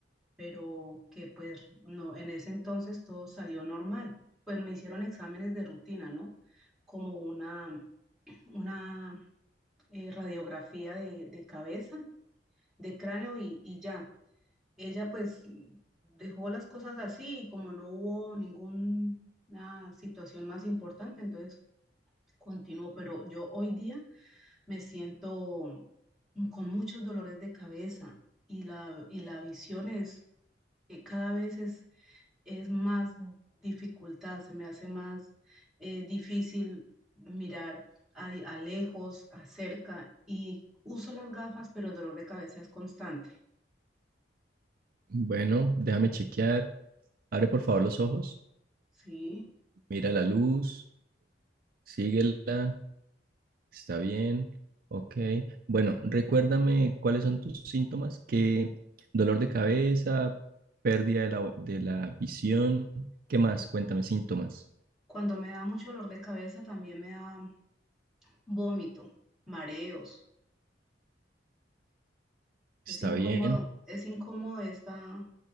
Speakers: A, in the centre; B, on the right (about 55°).
A: pero que pues no, en ese entonces todo salió normal. Pues me hicieron exámenes de rutina, ¿no? Como una, una eh, radiografía de, de cabeza, de cráneo y, y ya ella pues dejó las cosas así y como no hubo ninguna situación más importante, entonces continuó, pero yo hoy día me siento con muchos dolores de cabeza y la, y la visión es, eh, cada vez es, es más dificultad, se me hace más eh, difícil mirar a, a lejos, a cerca y uso las gafas, pero el dolor de cabeza es constante,
B: Bueno, déjame chequear. Abre por favor los ojos.
A: ¿sí?
B: Mira la luz, síguela, está bien, ok. Bueno, recuérdame cuáles son tus síntomas, que dolor de cabeza, pérdida de la, vo- de la visión, ¿qué más? Cuéntame síntomas.
A: Cuando me da mucho dolor de cabeza, también me da vómito, mareos. Es
B: Está
A: incómodo,
B: bien,
A: es incómodo esta,